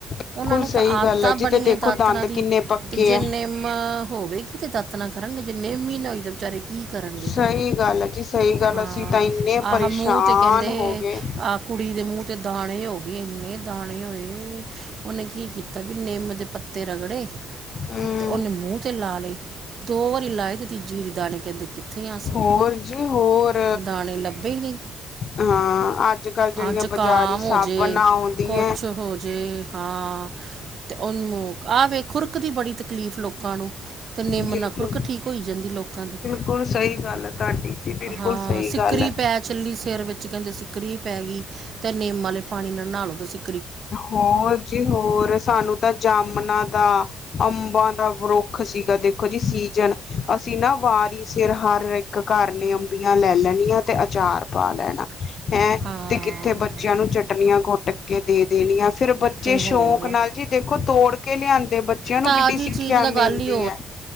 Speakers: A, on the left; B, on the right.
A: ਬਿਲਕੁਲ
B: ਉਨਾਂ ਨੂੰ
A: ਸਹੀ
B: ਤਾਂ ਆਦਤਾਂ
A: ਗੱਲ ਹੈ ਜੀ
B: ਬਣੀਆਂ
A: ਤੇ ਦੇਖੋ
B: ਦਾਤਨਾ
A: ਦੰਦ
B: ਦੀ,
A: ਕਿੰਨੇ ਪੱਕੇ
B: ਤੇ ਜਿੰਨੇ-
A: ਹੈ
B: ਨਿੰਮ ਹੋਵੇਗੀ ਤੇ ਦਾਤਣਾ ਕਰਨਗੇ, ਜੇ ਨਿੰਮ ਈ ਨਾ ਹੋਈ ਤੇ ਵਿਚਾਰੇ ਕੀ- ਕਰਨਗੇ,
A: ਸਹੀ ਗੱਲ ਹੈ ਜੀ ਸਹੀ ਗੱਲ
B: ਹਾਂ
A: ਅਸੀਂ ਤਾਂ ਇੰਨੇ
B: ਆਹ
A: ਪਰੇਸ਼ਾਨ
B: ਮੂੰਹ ਤੇ ਕੈਂਦੇ
A: ਹੋ ਗਏ
B: ਆ- ਕੁੜੀ ਦੇ ਮੂੰਹ 'ਤੇ ਦਾਣੇ ਹੋ ਗੇ, ਵੀ ਏਨੇ ਦਾਣੇ ਹੋਏ, ਓਨੇ ਕੀ ਕੀਤਾ ਵੀ ਨਿੰਮ ਦੇ ਪੱਤੇ ਰਗੜੇ-
A: ਹਮ
B: ਤੇ ਉਨੇ ਮੂੰਹ ਤੇ ਲਾ ਲਏ, ਦੋ ਵਾਰੀ ਲਾਈ ਤੇ ਤੀਜੀ ਵਰੀ ਦਾਣੇ ਕੈਂਦੇ ਕਿ- ਥੇ ਆਂ ਅਸੀਂ,
A: ਹੋਰ ਜੀ ਹੋਰ
B: ਦਾਣੇ ਲੱਭੇ ਈ ਨੀ।
A: ਹਾਂ ਅੱਜ ਕੱਲ ਜਿਹੜੀਆਂ
B: ਆ ਜਕਾਮ
A: ਬਾਜ਼ਾਰੀ ਸਾਬਣਾਂ
B: ਹੋਜੇ,
A: ਆਉਂਦੀਆਂ
B: ਕੁਛ ਹੋਜੇ। ਹਾਂ ਤੇ ਓਨੂੰ ਆ ਵੇਖ ਖੁਰਕ ਦੀ ਬੜੀ ਤਕਲੀਫ਼ ਲੋਕਾਂ ਨੂੰ। ਤੇ ਨਿੰਮ
A: ਬਿਲਕੁਲ
B: ਨਾ ਖੁਰਕ ਠੀਕ ਹੋਈ ਜਾਂਦੀ ਲੋਕਾਂ ਦੀ।
A: ਬਿਲਕੁਲ ਸ‌ਈ ਗੱਲ‌ ਐ ਤਾਡੀ ਜੀ, ਬਿਲਕੁਲ
B: ਹਾਂ
A: ਸ‌ਈ
B: ਸਿੱਕਰੀ
A: ਗੱਲ ਐ।
B: ਪੈ ਚੱਲੀ ਸਿਰ ਵਿੱਚ ਕੈਂਦੇ ਸਿਰ ਵਿੱਚ ਸਿਕਰੀ ਪੈ ਗਈ ਤੇ ਨੇਮ ਆਲੇ ਪਾਣੀ ਨਾਲ ਨਾ ਲੋ ਤੁਸੀਂ।
A: ਹੋਰ ਜੀ ਹੋਰ ਸਾਨੂੰ ਤਾਂ ਜਾਮਨਾਂ ਦਾ- ਅੰਬਾਂ ਦਾ ਵਰੁੱਖ ਸੀਗਾ ਦੇਖੋ ਜੀ ਸੀਜਨ, ਅਸੀਂ ਨਾ ਵਾਰੀ ਸਿਰ ਹਰ ਇਕ - ਇਕ ਘਰ ਨੇ ਅੰਬੀਆਂ ਲੈ ਲੈਣੀਆਂ ਤੇ ਅਚਾਰ ਪਾ ਲੈਣਾ। ਹੈਂ,
B: ਹਾਂ
A: ਤੇ ਕਿੱਥੇ ਬੱਚਿਆਂ ਨੂੰ ਚਟਣੀਆਂ ਕੁਟ ਕੇ ਦੇ ਦੇਣੀਆਂ, ਫਿਰ ਬੱਚੇ
B: ਤੇ
A: ਸ਼ੌਕ
B: ਹੋਰ
A: ਨਾਲ- ਜੀ ਦੇਖੋ ਤੋੜ ਕੇ ਲਿਆਂ- ਦੇ ਬੱਚਿਆਂ ਨੂੰ
B: ਤਾਜ਼ੀ
A: ਕਿੱਡੀ ਸਿੱਖਿਆ
B: ਚੀਜ਼ ਦਾ ਗੱਲ
A: ਮਿਲਦੀ
B: ਹੀ
A: ਐ,